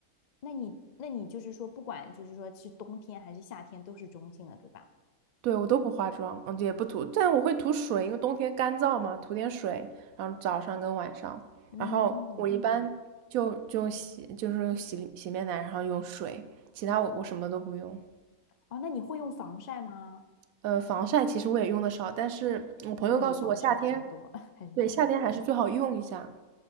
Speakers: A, on the left; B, on the right.
A: 那你那你就是说，不管就是说是冬天还是夏天，都是中性的，对吧？
B: 对，我都不化妆，嗯，也不涂，但我会涂水，因为冬天干燥嘛，涂点水，然后早上跟晚上，
A: 嗯，
B: 然后我一般就就洗，就是用洗洗面奶，然后用水，其他我我什么都不用。
A: 哦，那你会用防晒吗？
B: 呃，防晒其实我也用的少，但是我朋友告诉我夏天，
A: 物理防晒比较多，<laughs> 还是什么？
B: 对，夏天还是最好用一下。